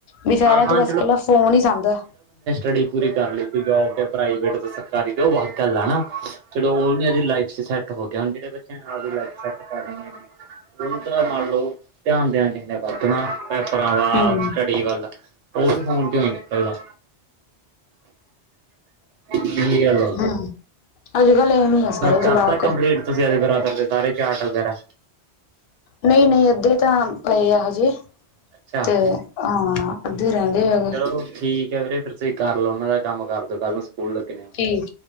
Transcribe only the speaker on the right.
ਹਾਂ-ਹਾਂ
ਪੜਾਈ ਪੂਰੀ ਕਰ ਲਈ ਫਿਰ ਜੋਬ ਤੇ ਪ੍ਰਾਈਵੇਟ ਤੇ ਸਰਕਾਰੀ ਦੇ ਉਹ ਵੱਖ ਗੱਲ ਆ ਨਾ, ਚਲੋ ਉਹਨ ਇਹ ਲਾਈਫ ਚ ਸੈਟ। ਟ ਹੋ ਗਿਆ ਹੁਣ ਜਿਹੜੇ ਬੱਚਿਆ ਨੇ ਆਪਦੀ ਲਾਈਫ ਸੈਟ ਕਰਨੀ ਹੈਗੀ। ਉਹਦਾ ਮੰਨ ਲਓ ਧਿਆਨ ਦੇਣਾ ਚਾਹੀਦਾ ਵਧਣਾ ਪੇਪਰਾਂ ਵਲ।
ਸਹੀ ਗੱਲ ਆ, ਉਹ ਵੀ ਫੋਨ ਚੋ ਨਹੀ ਨਿਕਲਦਾ। ਇਹੀ ਗੱਲ ਆ
ਕਰਤਾ
ਕੰਪਲੀਟ ਤੁਸੀਂ ਐਦੇ ਬਰਾਦਰ ਦੇ ਸਾਰੇ ਚਾਰਟ ਵਗੈਰਾ।
ਅੱਛਾ
ਚਲੋ ਠੀਕ ਹੈ ਵੀਰੇ ਫ਼ਿਰ ਤੁਸੀਂ ਕਰ ਲਓ ਉਹਨਾਂ ਦਾ ਕੰਮ ਕਰ ਦਿਓ ਕੱਲ੍ਹ ਨੂੰ ਸਕੂਲ ਲੱਗਣੇ ਏ।